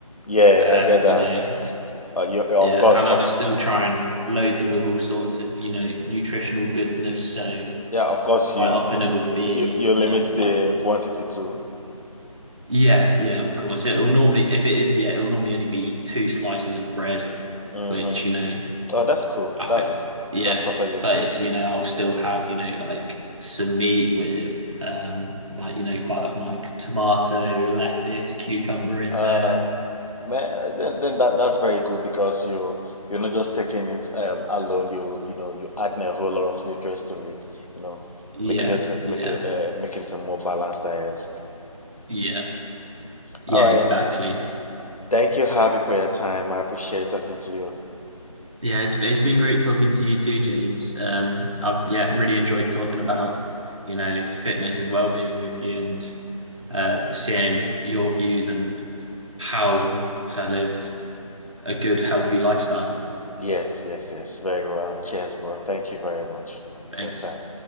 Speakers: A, on the left; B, on the right.
A: yes,
B: um,
A: I get
B: you
A: that.
B: know
A: Uh, you, you- of
B: Yeah,
A: course
B: and I
A: of c-
B: still try and load them with all sorts of, you know, nutritional goodness. So
A: yeah of course
B: quite
A: you
B: often it would be
A: you, you limit
B: um, like,
A: the quantity too.
B: yeah, yeah, of course. It'll normally, if it is, yeah, it'll normally only be two slices of bread,
A: Mm-hmm.
B: which, you know,
A: Oh, that's cool.
B: I
A: That's
B: think, yeah,
A: that's perfectly
B: but
A: cool.
B: it's, you know, I'll still have, you know, like some meat with, um, like, you know, quite often like tomato, lettuce, cucumber in
A: Uh,
B: there.
A: Man, then then that that's very good because you you're not just taking it um alone. You you know you adding a whole lot of nutrients to it. You know,
B: Yeah,
A: making it
B: yeah,
A: make it uh, making it a more balanced diet.
B: yeah, yeah,
A: All right.
B: exactly.
A: Thank you, Harvey, for your time. I appreciate talking to you.
B: Yeah, it's it's been great talking to you too, James. Um, I've yeah really enjoyed talking about you know fitness and well-being with you and uh, seeing your views and how to live a good healthy lifestyle.
A: Yes, yes, yes. Very well. Cheers, bro. Thank you very much
B: Thanks.
A: for your time.